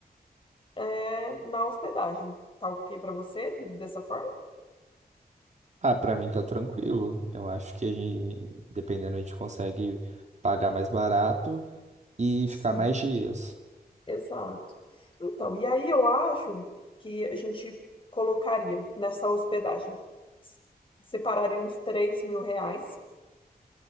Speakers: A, on the left; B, on the right.
A: é, na hospedagem. Tá ok para você dessa forma?
B: Ah, para mim tá tranquilo. Eu acho que a gente, dependendo, a gente consegue pagar mais barato e
A: Sim,
B: ficar mais dias.
A: exato. Então, e aí eu acho que a gente colocaria nessa hospedagem, s- separaria uns 3 mil reais,